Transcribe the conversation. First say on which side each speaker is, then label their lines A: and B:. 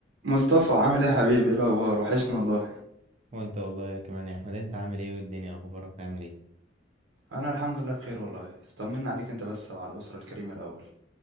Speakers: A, on the right (about 85°); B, on the right (about 35°).
A: مصطفى عامل ايه يا حبيبي ايه الاخبار وحشني والله
B: وانت والله يا كمان يا احمد انت عامل ايه والدنيا اخبارك عامل ايه
A: انا الحمد لله بخير والله طمنا عليك انت بس وعلى الاسره الكريمه الاول